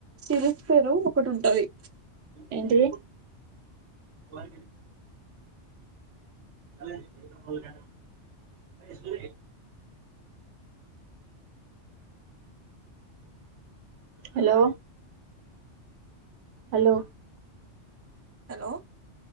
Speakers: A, on the right; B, on the right.
A: సిరీస్ పేరు ఒకటి ఉంటాది
B: ఏంటిది లా అరే సూడ హలో హలో
A: హలో